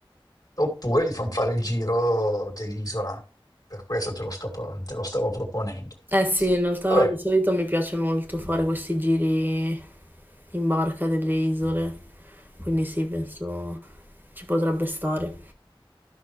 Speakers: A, on the left; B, on the right.
A: Oppure gli fanno fare il giro dell'isola, per questo te lo sto pro- te lo stavo proponendo.
B: Eh sì, in realtà
A: Vabbè,
B: di solito mi piace molto fare questi giri in barca delle isole, quindi sì, penso ci potrebbe stare.